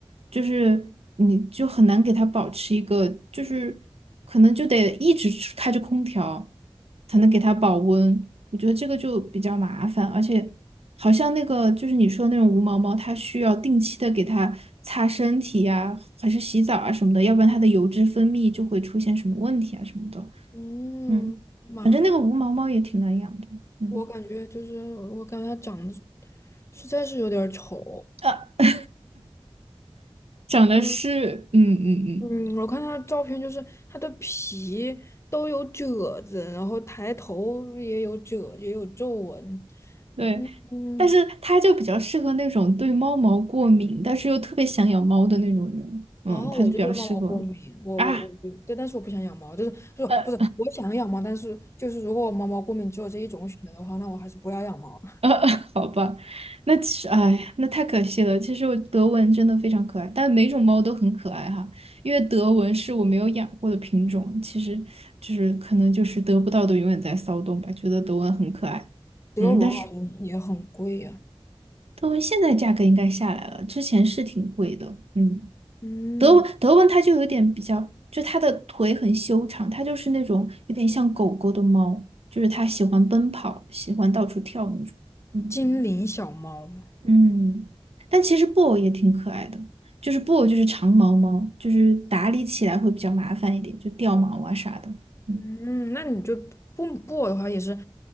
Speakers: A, on the right (about 85°); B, on the left (about 25°).
A: 就是你就很难给它保持一个，就是可能就得一直开着空调才能给它保温，
B: 哦，
A: 我觉得这个就比较麻烦，而且好像那个就是你说的那种无毛猫，它需要定期的给它擦身体呀、还是洗澡啊什么的，要不然它的油脂分泌就会出现什么问题啊什么的。
B: 嗯，
A: 嗯，
B: 妈呀，
A: 反正那个无毛猫也挺难养的。嗯，
B: 我感觉就是我感觉他长得实在是有点儿丑。
A: 呃，长得是，
B: 嗯
A: 嗯嗯嗯，
B: 嗯，我看他照片，就是他的皮都有褶子，然后抬头也有褶，也有皱纹。
A: 对，
B: 嗯，
A: 但是它就比较适合那种对猫毛过敏，但是又特别想养猫的那种人。嗯，
B: 哦，
A: 它就比较适合
B: 我就对猫毛过敏，我我我就对，
A: 啊，
B: 但是我不想养猫，就是就是不是我想养猫，
A: 呃
B: 但是就是如果我猫毛过敏只有这一种选择的话，那我还是不要养猫。
A: 呃，<laughs> 好吧，那其实，哎呀那太可惜了。其实我德文真的非常可爱，但每种猫都很可爱哈。因为德文是我没有养过的品种，其实就是可能就是得不到的永远在骚动吧，觉得德文很可爱。
B: 德文好像也很贵呀、
A: 嗯，但是德文现在价格应该下来了，之前是挺贵的。嗯，
B: 嗯，
A: 德文德文它就有点比较，就它的腿很修长，它就是那种有点像狗狗的猫，就是它喜欢奔跑，喜欢到处跳那种。嗯
B: 精灵小猫嘛，
A: 嗯，但其实布偶也挺可爱的，就是布偶就是长毛猫，就是打理起来会比较麻烦一点，就掉毛啊啥的。嗯
B: 嗯，那你就不布偶的话也是，